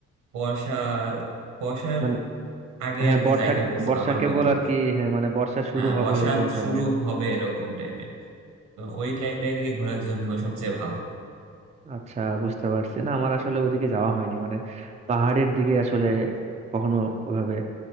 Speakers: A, on the right; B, on the right.
A: বর্ষা বর্ষার
B: মানে
A: আগে
B: হ্যাঁ
A: আর কি
B: বর্ষা
A: যাইতে বলছিল
B: বর্ষা
A: আমার
B: কেবল
A: বন্ধু
B: আর কি হ্যাঁ মানে বর্ষা শুরু
A: হ্যাঁ
B: হবে
A: বর্ষা
B: এরকম সময়
A: শুরু
B: আর কি।
A: হবে এরকম টাইমে তো ওই টাইমটাই নাকি ঘোরার জন্য সবচেয়ে ভালো
B: আচ্ছা বুঝতে পারছি না আমার আসলে ওইদিকে যাওয়া হয়নি মানে পাহাড়ের দিকে আসলে কখনো ওভাবে